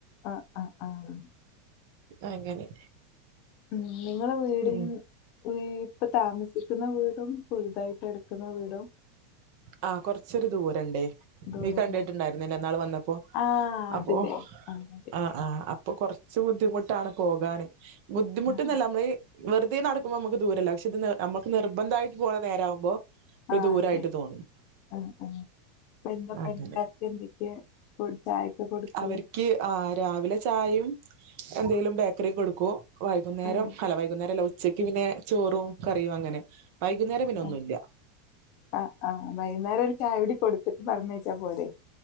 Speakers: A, on the left (about 45°); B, on the right (about 55°).
A: ആഹ് ആഹ് ആഹ്
B: അങ്ങനെ
A: ഉം നിങ്ങളെ വീട്ൻ
B: ഉം
A: വീ ഇപ്പ താമസി ക്ക്ന്ന വീടും പുതുതായിട്ട് എട്ക്ക്ന്ന വീടും
B: ആഹ് കൊറച്ചൊരു ദൂരണ്ടെ
A: ദൂരണ്ടോ?
B: നീ കണ്ടിട്ട്ണ്ടായിരുന്നില്ലേ ഇന്നാള് വന്നപ്പോ
A: ആഹ് അതിലേ
B: അപ്പോ
A: അതെ
B: ആഹ് ആഹ് അപ്പൊ കൊറച്ച് ബുദ്ധിമുട്ടാണ് പോകാന് ബുദ്ധിമുട്ട്ന്നല്ല
A: ആഹ്
B: നമ്മള് വെറ്തെ നടക്കുമ്പോ നമ്മക്ക് ദൂരല്ല പക്ഷെ ഇത് നമ്മക്ക് നിർബന്ധായിട്ട് പോണ നേരാവുമ്പോ
A: ആഹ്
B: ദൂരായിട്ട്
A: അതെ
B: തോന്നും
A: ആഹ് ആഹ് ഇപ്പ എന്താ പണിക്കാര്ക്ക്
B: അങ്ങനെ
A: എന്തേക്കെ ഫു ചായക്ക് കൊട്ക്കല്
B: അവര്ക്ക് ആഹ് രാവിലെ ചായയും എന്തേങ്കിലും ബേക്കറിം കൊട്ക്കും വൈകുന്നേരം
A: ആഹ്
B: അല്ല വൈകുന്നേരല്ല ഉ ച്ചക്ക് പിന്നെ ചോറും കറിയും അങ്ങനെ വൈകുന്നേരം പിന്നെ
A: ആഹ്
B: ഒന്നുല്ല
A: ആഹ് ആഹ് വൈന്നേരം ഒരു ചായൂടിം കൊട്ത്തിട്ട് പറഞ്ഞേച്ചാ പോരെ